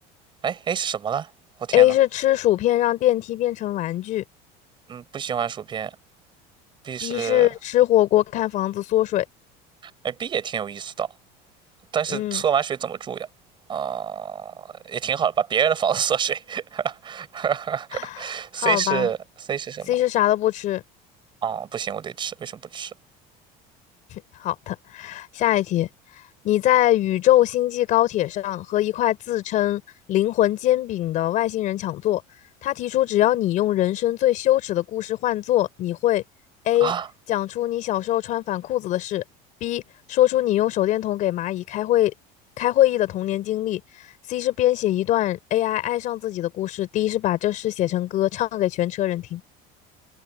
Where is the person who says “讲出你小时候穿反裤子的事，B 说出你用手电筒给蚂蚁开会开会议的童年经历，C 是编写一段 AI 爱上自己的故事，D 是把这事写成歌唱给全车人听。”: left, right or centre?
Left